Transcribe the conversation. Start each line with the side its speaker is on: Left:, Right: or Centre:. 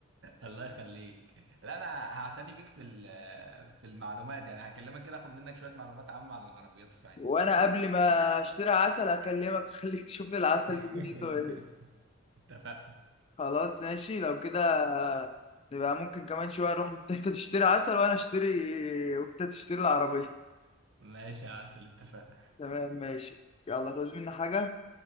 Right: الله يخليك لا انا هعتني بيك في ال- في المعلومات يعني هكلمك كده اخد منك شويه معلومات عامه عن العربيات في ساعتها
Left: وانا قبل ما اشتري عسل اكلمك اخليك <laughs> تشوف لي العسل
Right: <laughs>
Left: دي دنيته ايه
Right: <laughs> اتفقنا
Left: خلاص ماشي لو كده نبقى ممكن كمان شويه نروح انت <laughs> تشتري عسل وانا اشتري وانت تشتري العربيه
Right: ماشي يا عسل اتفقنا
Left: تمام ماشي يلا تعوز مني حاجه